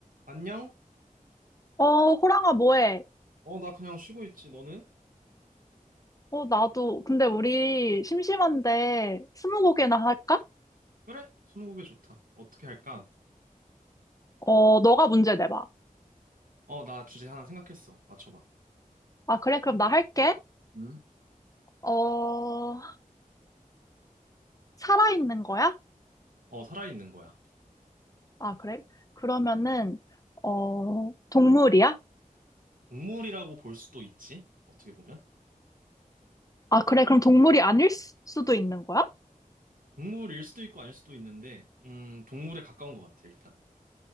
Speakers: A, on the right (about 70°); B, on the left (about 25°).
A: 안녕?
B: 어, 호랑아, 뭐해?
A: 어, 나 그냥 쉬고 있지. 너는?
B: 어, 나도. 근데 우리 심심한데 스무고개나 할까?
A: 그래? 스무고개 좋다. 어떻게 할까?
B: 어, 너가 문제 내봐.
A: 어, 나 주제 하나 생각했어. 맞춰봐.
B: 아, 그래? 그럼 나 할게.
A: 응?
B: 어, 살아있는 거야?
A: 어, 살아있는 거야.
B: 아, 그래? 그러면은, 어, 동물이야?
A: 동물이라고 볼 수도 있지. 어떻게 보면.
B: 아, 그래? 그럼 동물이 아닐 수- 수도 있는 거야?
A: 동물일 수도 있고 아닐 수도 있는데, 음, 동물에 가까운 것 같아, 일단은.